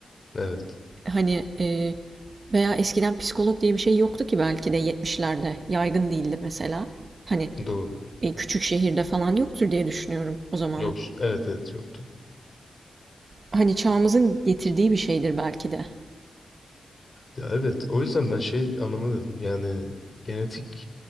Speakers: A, on the left; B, on the right.
A: Evet.
B: Hani e, veya eskiden psikolog diye bir şey yoktu ki belki de 70'lerde yaygın değildi mesela. Hani
A: Doğru.
B: e, küçük şehirde falan yoktur diye düşünüyorum o zaman.
A: Yok. Evet evet yoktu.
B: Hani çağımızın getirdiği bir şeydir belki de. <laughs>
A: Ya evet o yüzden ben şey anlamadım. Yani genetik